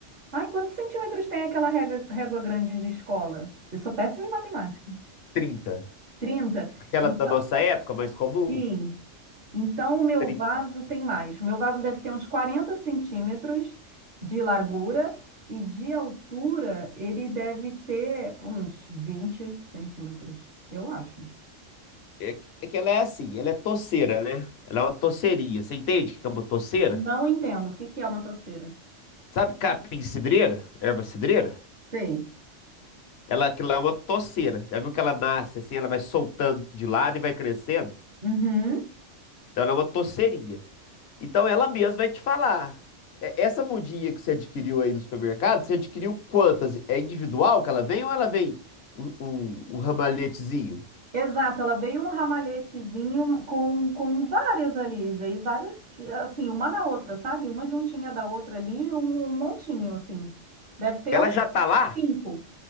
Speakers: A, on the right (about 45°); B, on the left (about 60°).
A: Ai, quantos centímetros tem aquela régua, régua grande de escola? Eu sou péssima em matemática.
B: 30.
A: 30.
B: Aquela
A: Então,
B: da nossa época, mais comum?
A: sim, então, o meu
B: Tri-
A: vaso tem mais. O meu vaso deve ter uns 40 centímetros de largura e de altura ele deve ter uns 20 centímetros, eu acho.
B: É, que é que ela é assim, ela é toceira, né? Ela é uma toceria. Você entende o que é uma toceira?
A: Não entendo. O que que é uma toceira?
B: Sabe capim cidreira? Erva cidreira?
A: Sei.
B: Ela, aquilo lá é uma toceira. Já viu que ela nasce assim, ela vai soltando de lado e vai crescendo?
A: Uhum.
B: Então ela é uma toceirinha. Então ela mesma vai te falar. É, Essa mudinha que você adquiriu aí no supermercado, você adquiriu quantas? É individual que ela vem ou ela vem um, um um ramalhetezinho?
A: Exato, ela veio um ramalhetezinho com, com várias ali, veio várias, assim, uma na outra, sabe? Uma juntinha da outra ali, um, um montinho, assim. Deve ter
B: Ela
A: uns
B: já tá lá,
A: cinco.